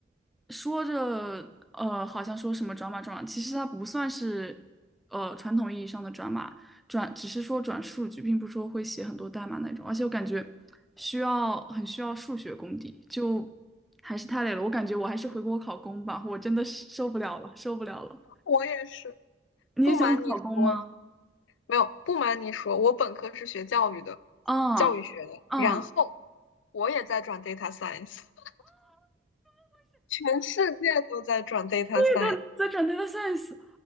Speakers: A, in the centre; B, on the left.
A: 说着呃，好像说什么转码转码，其实它不算是呃传统意义上的转码，转只是说转数据，并不是说会写很多代码那种。而且我感觉需要很需要数学功底，就还是太累了。我感觉我还是回国考公吧，我真的是受不了了，受不了了。
B: 我也是，
A: 你也想考公吗？
B: 不瞒你说，没有，不瞒你说，我本科是学教育的，
A: 啊
B: 教育学的，
A: 啊，
B: 然后我也在转 data science，<laughs> 全世界都在转 data
A: 对的，
B: science。
A: 在转 data science。